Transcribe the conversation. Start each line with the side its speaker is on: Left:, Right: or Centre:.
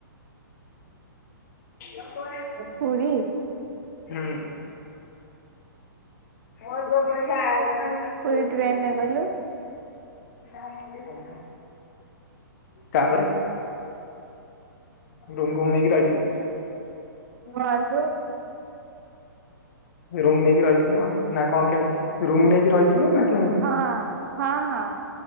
Left: <inaudible>
Right: ପୁରୀ
Left: ହୁଁ। <unintelligible>
Right: ପୁରୀ ଟ୍ରେନରେ ଗଲୁ
Left: ଓହୋ ତାପରେ? ରୁମ୍ ଫୁମ୍ ନେଇ ରହିଥିଲି ହୁଁ।
Right: ହାଲୋ।
Left: ରୁମ୍ ନେଇକି ରହିଥିଲ ନା କଣ କେମିତି ରୁମ୍ ନେଇକି ରହିଥିଲ ନା କେମିତି?
Right: ହଁ ହଁ ହଁ